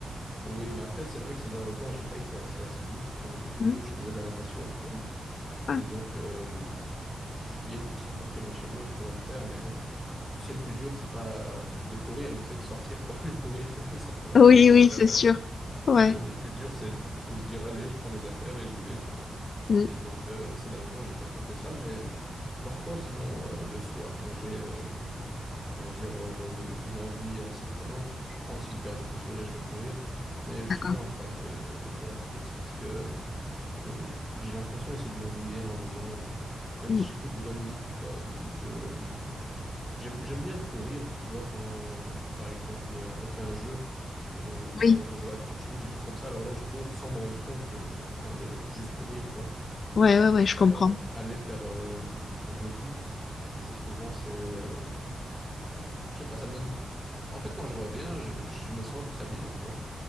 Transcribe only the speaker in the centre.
Oui, mais après, c'est vrai que ces derniers temps, j'ai pas été assez assidu. Quand j'étais plus
jeune, je faisais de la natation en club.
Et donc, euh, j- il y a une piscine pas très loin de chez moi, je pourrais le faire. Mais tu sais, le plus dur, c'est pas de courir, mais c'est de sortir pour <laughs> aller courir. <laughs> C'est un peu la
même chose avec
la
natation.
Le, le plus dur, c'est de se dire, allez, je prends mes affaires et j'y vais, tu vois.
Et donc, euh, ces derniers temps, j'ai pas trop fait ça. Mais parfois, sinon, euh, le soir, quand j'ai euh, on va dire, euh, une envie assez prenante. Je prends aussi une paire de chaussures et je vais courir. Mais je
suis moins fan de, de la course parce que euh, j'ai l'impression aussi de m'ennuyer à un moment. Même
si j'écoute de la musique ou quoi, je, j'aime, j'aime bien courir, tu vois, quand, on- par exemple, on fait un jeu. où on-
par exemple, on joue à touche-touche, des choses comme ça. Alors là, je cours sans me rendre compte que je suis en train de juste courir, tu vois.
Mais
euh, aller faire euh, un jogging, assez souvent, c'est, euh, ah, Je sais pas, ça me donne. En fait, quand je reviens, je, je me sens très bien, tu vois.